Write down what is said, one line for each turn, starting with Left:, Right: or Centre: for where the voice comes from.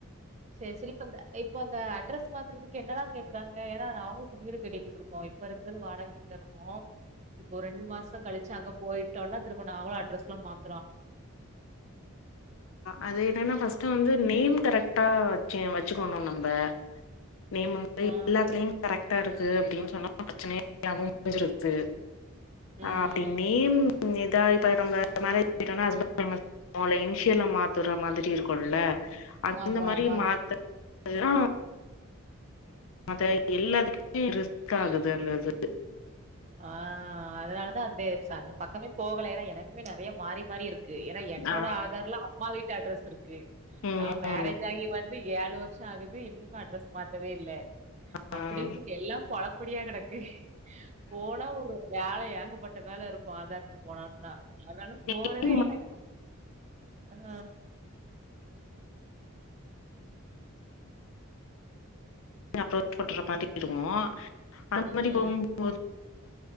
Right: சேரி சேரி இப்ப இப்ப அந்த அட்ரஸ் மாத்துறதுக்கு என்னெல்லா கேக்குறாங்க ஏன்னா நாங்களு இப்ப வீடு கட்டக்கிட்டு இருக்கோ இப்ப இருக்கிறது வாடக வீட்டுல இருக்கோ இப்போ ரெண்டு மாச கழிச்சு அங்க போய்ட் டோன திரும்ப நாங்களு அட்ரஸ்லா மாத்
Left: அது என்னன்னா ஃபர்ஸ்ட் வந்து நேம் கரெக்டா வச்சு வச்சுக்கணு நம்ம நேம் வந்து
Right: ஆ
Left: எல்லாத்துலியு கரெக்டா இருக்கு அப்டின்னு சொன்னா ப்ரச்சனயே இல்லாம முடிஞ்சிருது
Right: ம்
Left: அ அப்டி நேம் ம் இதா இதா நம்ம மேரே ஜ் ஆனா ஹஸ்பண்ட் நேம <inaudible> இன்ஷியலா மாத்துற மாரி இருக்கும்ல்ல அந்த
Right: ஆமா
Left: மாரி
Right: ஆமா
Left: மாத்த எதுனா <inaudible> எல்லாத்துக்குமே ரிஸ்க் ஆகுது அந்த இது
Right: ஆ அதனால தா <unintelligible> அந்த பக்கமே போகல ஏன்னா எனக்குமே நெறைய மாறி மாறி இருக் கு ஏன்னா என்னோட
Left: ஆ
Right: ஆதார்ல அம்மா வீட் டு அட்ரஸ் இருக் கு
Left: ம்
Right: நா மேரேஜ்
Left: ம்
Right: ஆகி வந் து ஏழு வர்ஷோ ஆகுது இன்னுமே அட்ரஸ் மாத்தவே இல்ல
Left: ஆ
Right: அப்டி இப்டி எல்லா பொழப்புடியா கெடக்கு போன ஒரு வேல ஏகப்பட்ட வேல இருக் க்கு ஆதார்க்கு போனாம்னா அதனால போகறதே
Left: ஆமா
Right: இல்ல இப்ப ஆ
Left: <unintelligible> அப்ரோச் <inaudible> மாரி இருக்கு அந்த
Right: ம்
Left: மாரி போகும்போது